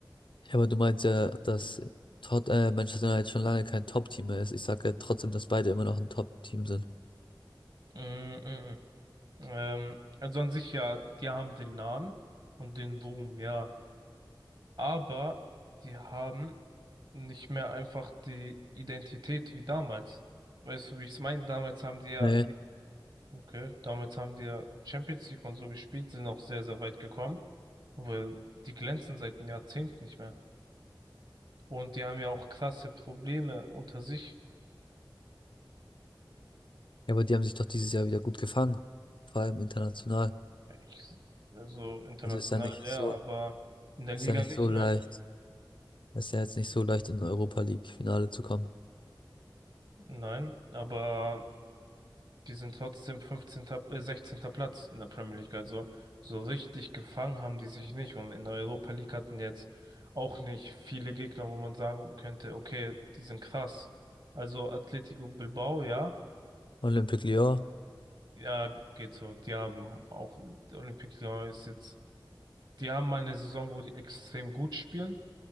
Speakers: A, on the left; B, on the right.
A: Ja, aber du meinst ja, dass Tot äh, Manchester United schon lange kein Top-Team mehr ist. Ich sage ja trotzdem, dass beide immer noch ein Top-Team sind.
B: Mm, mm, mm. Ähm, also an sich ja, die haben den Namen und den Ruhm, ja. Aber die haben nicht mehr einfach die Identität wie damals. Weißt du, wie ich es meine? Damals haben die ja,
A: Nee.
B: okay, damals haben die ja Champions League und so gespielt, sind auch sehr, sehr weit gekommen. Weil die glänzen seit einem Jahrzehnt nicht mehr. Und die haben ja auch krasse Probleme unter sich.
A: Ja, aber die haben sich doch dieses Jahr wieder gut gefangen. Vor allem international.
B: Ich, also international,
A: Also ist ja nicht
B: ja,
A: so,
B: aber in der
A: ist
B: Liga
A: ja nicht
B: nicht,
A: so leicht.
B: nein.
A: Ist ja jetzt nicht so leicht, in Europa League-Finale zu kommen.
B: Nein, aber Die sind trotzdem 15., äh, 16. Platz in der Premier League. Also so richtig gefangen haben die sich nicht. Und in der Europa League hatten jetzt auch nicht viele Gegner, wo man sagen könnte, okay, die sind krass. Also Atletico Bilbao, ja.
A: Olympique Lyon.
B: Ja, geht so. Die haben auch, Olympique Lyon ist jetzt, die haben mal eine Saison, wo die extrem gut spielen.